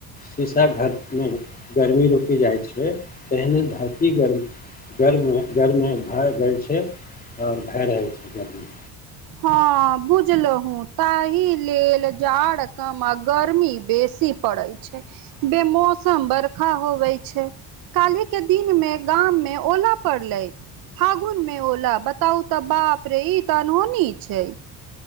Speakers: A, on the left; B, on the right.
A: शीशा घर मे गर्मी रुकि जाइत छै तहिने धरती गर्मी गर्म गर्मी भए जाइ छै और भाए रहल छै गर्मी
B: हँ बुझल हूँ तहि लेल जाड़ कम आ गर्मी बेसी पड़े छै बे मौसम बरखा होबै छै काल्हि के दिन मे गाम में ओला पड़ले फागुन में ओला बताउ तऽ बाप रे ई अनहोनी छै